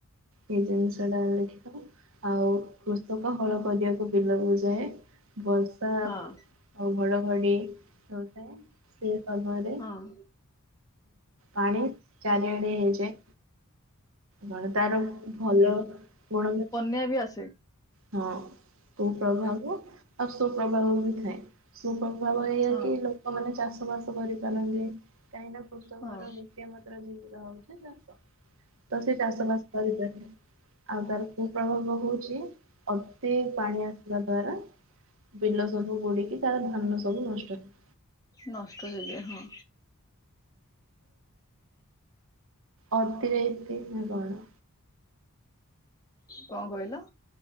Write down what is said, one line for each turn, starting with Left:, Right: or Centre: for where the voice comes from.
Right: ଏଇ ଜିନିଷଟା ଲେଖି ଦବ। ଆଉ କୃଷକ ହଳ କରିବାକୁ ବିଲକୁ ଯାଏ ବସ୍ ଆଉ
Left: ହଁ
Right: ଘଡଘଡି ଯଉଥାଏ ସେ ସମୟରେ
Left: ହଁ।
Right: ପାଣି ଚାରିଆଡେ ହେଇଯାଏ। କଣ ତାର ଭଲ ଗୁଣ ବି ଅଛି।
Left: ମେବି ଆସେ।
Right: ହଁ କୁପ୍ରଭାବ ଆଉ ସୁପ୍ରଭାବ ବି ଥାଏ। ସୁପ୍ରଭାବ ଏଇଆ
Left: ହଁ
Right: କି ଲୋକମାନେ ଚାଷ ବାସ କରିପାରନ୍ତି। କାହିଁକି କୃଷକର
Left: ହଁ
Right: ମୁଖ୍ୟ ମାତ୍ର ଜିନିଷ ହଉଛି ଚାଷ। ତ ସେ ଚାଷ ବାସ କରିପାରେ ଆଉ ତାର କୁ ପ୍ରଭାବ ହଉଛି ଅତି ପାଣି ଆସିବା ଦ୍ଵାରା ବିଲ ସବୁ ବୁଡିକି ତାର ଧାନ ସବୁ ନଷ୍ଟ ହେଇଯାଏ।
Left: ନଷ୍ଟ ହେଇଯାଏ ହଁ।
Right: ଅତି ରେ ଇତି ନ କଣ।
Left: କଣ କହିଲ?